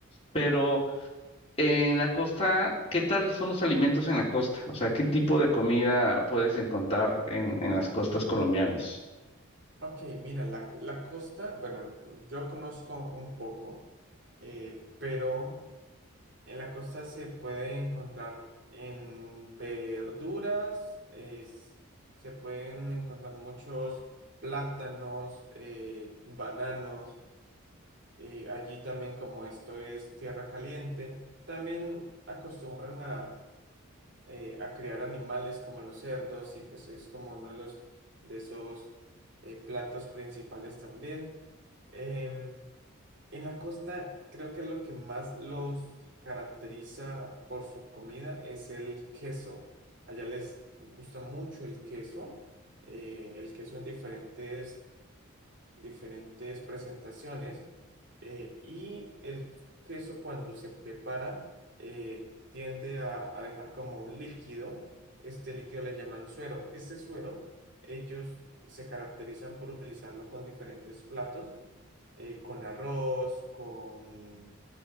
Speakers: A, on the left; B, on the right.
A: pero eh, en la costa, ¿qué tal son los alimentos en la costa? O sea, ¿qué tipo de comida puedes encontrar en, en las costas colombianas?
B: Ok, mira, la, la costa, bueno, yo conozco un poco, eh, pero... En la costa se puede encontrar en verduras, es- se pueden encontrar muchos plátanos, eh, bananos. eh, allí también, como esto es tierra caliente, también acostumbran a, eh, a criar animales como los cerdos y pues es como uno de los de esos eh, platos principales también. Em, en la costa, creo que lo que más los caracteriza por su comida es el queso. Allá les gusta mucho el queso, eh, el queso en diferentes, diferentes presentaciones. eh, y el queso cuando se prepara eh, tiende a, a dejar como un líquido. Este líquido le llaman suero. Este suero, ellos se caracterizan por utilizarlo con diferentes platos eh, con arroz, con,